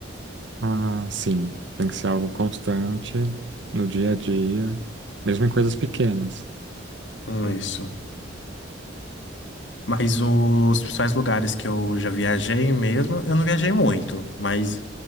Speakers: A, on the right; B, on the left.
A: Ah, sim. Tem que ser algo constante, no dia a dia, mesmo em coisas pequenas.
B: Hum, Isso. Mas os principais lugares que eu já viajei mesmo, eu não viajei muito, mas